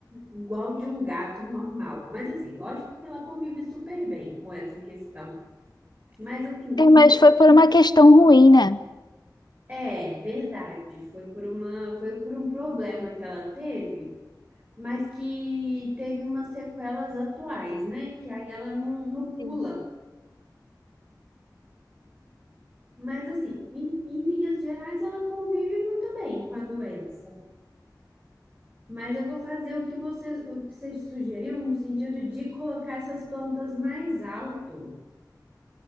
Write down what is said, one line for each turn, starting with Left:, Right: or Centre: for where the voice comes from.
Right: igual de um gato normal. Mas assim, lógico que ela convive super bem com essa questão. Mas assim,
Left: É,
Right: e
Left: mas foi por uma questão ruim, né?
Right: É, verdade. Foi por uma, foi por um problema que ela teve, mas que teve umas sequelas atuais, né? Que aí ela não, não pula.
Left: Sim.
Right: Mas assim, em, em linhas gerais, ela convive muito bem com a doença. Mas eu vou fazer o que você, o que você sugeriu no sentido de colocar essas plantas mais alto.